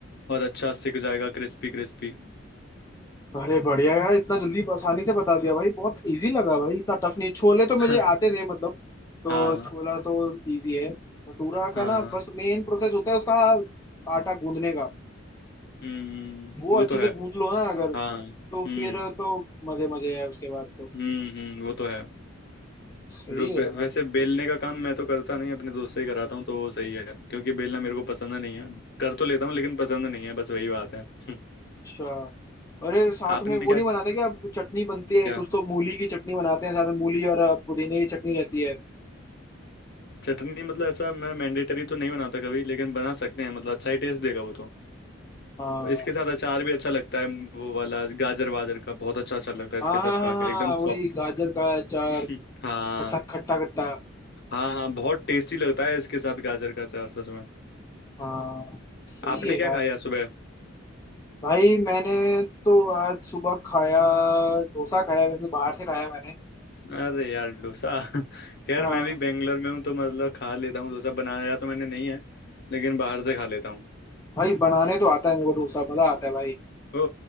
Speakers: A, on the left; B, on the left.
A: और अच्छा सिक जाएगा क्रिस्पी क्रिस्पी
B: अरे बढ़िया यार इतना जल्दी आसानी से बता दिया भाई बहुत इजी लगा भाई इतना टफ नहीं छोले तो मुझे
A: <laughs>
B: आते थे मतलब तो
A: हाँ
B: छोला तो इजी है भटूरा
A: हाँ
B: का ना बस मेन प्रोसेस होता है उसका आटा गूंदने का
A: हम्म
B: वो
A: वो
B: अच्छे
A: तो है
B: से गूंद लो ना अगर तो
A: हाँ हम्म
B: फिर तो मजे मजे है उसके बाद तो
A: हम्म हम्म वो तो है
B: सही
A: जो
B: है
A: बे,
B: यार।
A: वैसे बेलने का काम मैं तो करता नहीं अपने दोस्त से ही कराता हूँ तो वो सही है क्योंकि बेलना मेरे को पसंद नहीं है कर तो लेता हूँ लेकिन पसंद नहीं है बस वही बात है <laughs>
B: अच्छा अरे साथ
A: आपने
B: में वो
A: क्या
B: नहीं बनाते क्या अब चटनी बनती है
A: क्या
B: कुछ तो मूली की चटनी बनाते हैं साथ में मूली और अ, पुदीने की चटनी रहती है
A: चटनी मतलब ऐसा मैं मैंडेटरी तो नहीं बनाता कभी लेकिन बना सकते हैं मतलब अच्छा ही टेस्ट देगा वो तो
B: हाँ
A: इसके साथ अचार भी अच्छा लगता है वो वाला गाजर वाजर का बहुत अच्छा अचार लगता है
B: हाँ
A: इसके साथ
B: हाँ
A: खा के
B: हाँ
A: एकदम
B: हाँ, वही
A: सॉफ्ट
B: गाजर का अचार
A: <laughs> हाँ
B: खट्टा खट्टा खट्टा
A: हाँ हाँ बहुत टेस्टी लगता है इसके साथ गाजर का अचार सच में
B: हाँ सही
A: आपने
B: है
A: क्या
B: यार
A: खाया सुबह
B: भाई मैंने तो आज सुबह खाया डोसा खाया वैसे बाहर से खाया मैंने
A: अरे यार डोसा <laughs> खैर
B: हाँ
A: मैं भी बेंगलोर में हूँ तो मतलब खा लेता हूँ डोसा बनाया तो मैंने नहीं है लेकिन बाहर से खा लेता हूँ
B: भाई बनाने तो आता है मेरे को डोसा मजा आता है भाई
A: ओ